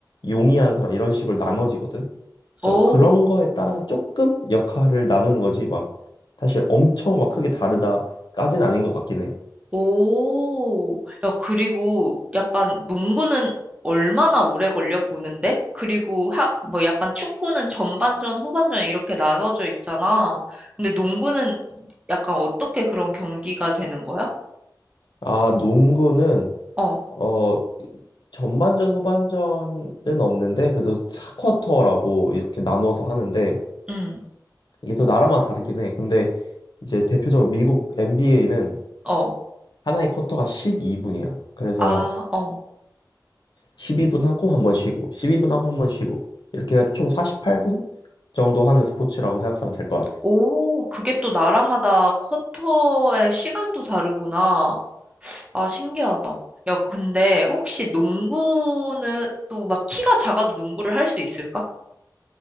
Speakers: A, on the left; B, on the right.
A: 용이한 사람 이런 식으로 나눠지거든. 그래서
B: 오,
A: 그런 거에 따라서 조금 역할을 나누는 거지 막 사실 엄청 막 크게 다르다까지는 아닌 것 같긴 해.
B: 오. 야, 그리고 약간 농구는 얼마나 오래 걸려 보는데? 그리고 하, 뭐 약간 축구는 전반전, 후반전 이렇게 나눠져 있잖아. 근데 농구는 약간 어떻게 그런 경기가 되는 거야?
A: 아, 농구는
B: 어,
A: 어 전반전 후반전은 없는데 그래도 4쿼터라고 이렇게 나눠서 하는데
B: 음,
A: 이게 또 나라마다 다르긴 해. 근데 이제 대표적으로 미국 NBA는
B: 어,
A: 하나의 쿼터가 12분이야. 그래서
B: 아, 어.
A: 12분 하고 한 번 쉬고, 12분 하고 한 번 쉬고. 이렇게 해서총 48분 정도 하는 스포츠라고 생각하면 될 것 같아.
B: 오, 그게 또 나라마다 쿼터의 시간도 다르구나. 아, 신기하다. 야, 근데 혹시 농구는 또 막 키가 작아도 농구를 할 수 있을까?